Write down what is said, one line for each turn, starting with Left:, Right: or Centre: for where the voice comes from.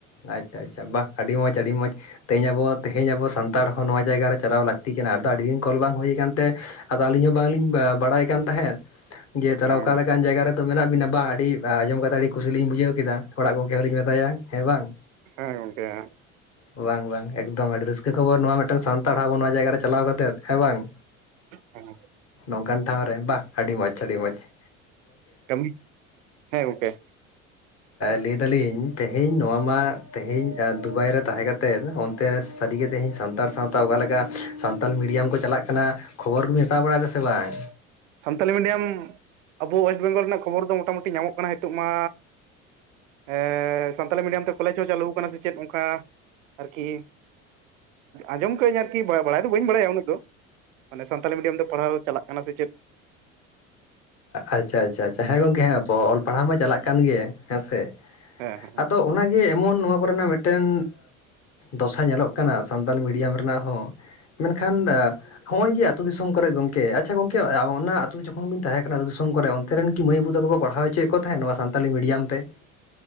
Left: ᱟᱪᱪᱷᱟ ᱟᱪᱪᱷᱟ ᱵᱟᱦ ᱟᱹᱰᱤ ᱢᱚᱡᱽ ᱟᱹᱰᱤ ᱢᱚᱡᱽ᱾ ᱛᱮᱦᱤᱧ ᱟᱵᱚ, ᱛᱮᱦᱤᱧ ᱟᱵᱚ ᱥᱟᱱᱛᱟᱲ ᱦᱚᱸ ᱱᱚᱣᱟ ᱡᱟᱭᱜᱟ ᱨᱮ ᱪᱟᱞᱟᱣ ᱞᱟᱹᱠᱛᱤ ᱠᱟᱱᱟ ᱟᱫᱚ ᱟᱹᱰᱤ ᱫᱤᱱ ᱠᱚᱞ ᱵᱟᱝ ᱦᱩᱭ ᱟᱠᱟᱱ ᱛᱮ ᱟᱫᱚ ᱟᱹᱞᱤᱧ ᱦᱚᱸ ᱵᱟᱝᱞᱤᱧ ᱵᱟᱲᱟᱭ ᱠᱟᱱ ᱛᱟᱦᱮᱸᱫ ᱾ ᱜᱮ ᱛᱟᱦᱞᱮ
Right: ᱦᱮᱸ
Left: ᱚᱠᱟ ᱞᱮᱠᱟᱱ ᱡᱟᱭᱜᱟ ᱨᱮᱛᱚ ᱢᱮᱱᱟᱜ ᱵᱤᱱᱟ ᱵᱟ, ᱟᱹᱰᱤ ᱟᱸᱡᱚᱢ ᱠᱟᱛᱮ ᱟᱹᱰᱤ ᱠᱩᱥᱤᱞᱤᱧ ᱵᱩᱡᱟᱹᱣ ᱠᱮᱫᱟ ᱚᱲᱟᱜ ᱠᱚ ᱼᱼ ᱠᱮ ᱞᱤᱧ ᱢᱮᱛᱟᱭᱟ ᱦᱮᱸ ᱵᱟᱝ?
Right: ᱦᱮᱸ ᱜᱚᱝᱠᱮ ᱦᱮᱸ
Left: ᱵᱟᱝ ᱵᱟᱝ ᱮᱠᱫᱚᱢ ᱟᱹᱰᱤ ᱨᱟᱹᱥᱠᱟᱹ ᱠᱷᱚᱵᱚᱨ ᱱᱚᱣᱟ ᱢᱤᱫᱴᱮᱱ ᱥᱟᱱᱛᱟᱲ ᱟᱵᱚ ᱱᱚᱣᱟ ᱡᱟᱭᱜᱟ ᱨᱮ ᱪᱟᱞᱟᱣ ᱠᱟᱛᱮ ᱦᱮᱸ ᱵᱟᱝ?
Right: ᱦᱮᱸ
Left: ᱱᱚᱝᱠᱟᱱ ᱴᱷᱟᱶ ᱨᱮ ᱵᱟᱦ ᱟᱹᱰᱤ ᱢᱚᱡᱽ, ᱟᱹᱰᱤ ᱢᱚᱡᱽ ᱾
Right: ᱠᱟᱹᱢᱤ ᱦᱮᱸ ᱜᱚᱢᱠᱮ ᱾
Left: ᱱᱤᱛ ᱟᱞᱤᱧ ᱛᱮᱦᱮᱧ ᱱᱚᱣᱟ ᱢᱟ ᱛᱮᱦᱮᱧ ᱡᱟᱠ ᱫᱩᱵᱟᱭ ᱨᱮ ᱛᱟᱦᱮᱸ ᱠᱟᱛᱮᱫᱼᱼ ᱛᱮ ᱥᱟᱹᱨᱤ ᱜᱮ ᱛᱮᱦᱮᱧ ᱥᱟᱱᱛᱟᱲ ᱥᱟᱶᱛᱟ ᱚᱠᱟᱞᱮᱠᱟ ᱥᱟᱱᱛᱟᱞ ᱢᱤᱰᱤᱭᱟᱢ ᱠᱚ ᱪᱟᱞᱟᱜ ᱠᱟᱱᱟ ᱠᱷᱚᱵᱚᱨ ᱠᱚᱞᱤᱧᱼᱼ ᱦᱟᱛᱟᱣ ᱵᱟᱲᱟᱭᱮᱫᱟ ᱥᱮ ᱵᱟᱝ?
Right: ᱥᱟᱱᱛᱟᱞᱤ ᱢᱤᱰᱤᱭᱟᱢ ᱟᱵᱚ ᱳᱭᱮᱥᱴ ᱵᱮᱝᱜᱚᱞ ᱨᱮᱱᱟᱜ ᱠᱷᱚᱵᱚᱨ ᱫᱚ ᱢᱳᱴᱟᱢᱩᱴᱤ ᱧᱟᱢᱚᱜ ᱠᱟᱱᱟ ᱱᱤᱛᱚᱜ ᱢᱟᱼᱼ ᱮᱻ ᱥᱟᱱᱛᱟᱞᱤ ᱢᱤᱰᱤᱭᱟᱢ ᱛᱮ ᱠᱚᱞᱮᱡᱽ ᱦᱚᱸ ᱪᱟᱹᱞᱩ ᱟᱠᱟᱱᱟ ᱥᱮ ᱪᱮᱫ ᱚᱱᱠᱟ ᱟᱨᱠᱤᱼᱼ ᱟᱸᱡᱚᱢ ᱠᱟᱜ ᱟᱹᱧ ᱟᱨᱠᱤ ᱵᱟᱲᱟᱭ ᱫᱚ ᱵᱟᱹᱧ ᱵᱟᱲᱟᱭᱟ ᱩᱱᱟᱜᱲ ᱫᱚ ᱾ ᱢᱟᱱᱮ ᱥᱟᱱᱛᱟᱞᱤ ᱢᱤᱰᱤᱭᱟᱢ ᱛᱮ ᱯᱟᱲᱦᱟᱣ ᱪᱟᱞᱟᱜ ᱠᱟᱱᱟ ᱥᱮ ᱪᱮᱫ?
Left: ᱟᱪᱪᱷᱟ ᱟᱪᱪᱷᱟ ᱟᱪᱪᱷᱟ ᱦᱮᱸ ᱜᱚᱝᱠᱮ ᱦᱮᱸ, ᱚᱞ ᱯᱟᱲᱦᱟᱣ ᱢᱟ ᱪᱟᱞᱟᱜ ᱠᱟᱱ ᱜᱮ ᱦᱮᱸ ᱥᱮ
Right: ᱦᱮᱸ ᱦᱮᱸ
Left: ᱟᱫᱚᱼᱼ ᱚᱱᱟᱜᱮ ᱮᱢᱚᱱ ᱱᱚᱣᱟ ᱠᱚᱨᱮᱱᱟᱜ ᱢᱤᱫᱴᱮᱱᱼᱼ ᱫᱚᱥᱟ ᱧᱮᱞᱚᱜ ᱠᱟᱱᱟ ᱥᱟᱱᱛᱟᱲᱤ ᱢᱤᱰᱤᱭᱟᱢ ᱨᱮᱱᱟᱜ ᱦᱚᱸ ᱾ ᱢᱮᱱᱠᱷᱟᱱ ᱦᱚᱜᱼ ᱚᱭ ᱡᱮ ᱟᱹᱛᱩ ᱫᱤᱥᱚᱢ ᱠᱚᱨᱮ ᱜᱚᱝᱠᱮ ᱟᱪᱪᱷᱟ ᱜᱚᱝᱠᱮ ᱚᱱᱟ ᱟᱹᱛᱩ ᱡᱚᱠᱷᱚᱱ ᱵᱤᱱ ᱛᱟᱦᱮᱸ ᱼᱼ ᱟᱹᱛᱩ ᱫᱤᱥᱚᱢ ᱠᱚᱨᱮ ᱚᱱᱛᱮᱨᱮᱱᱤ ᱢᱟᱹᱭ ᱵᱟᱹ ᱵᱩᱠᱚ ᱯᱟᱲᱦᱟᱣ ᱦᱚᱪᱚᱭᱮᱫ ᱠᱚ ᱛᱟᱦᱮᱸᱫ ᱱᱚᱣᱟ ᱥᱟᱱᱛᱟᱞᱤ ᱢᱤᱰᱤᱭᱟᱢ ᱛᱮ ᱾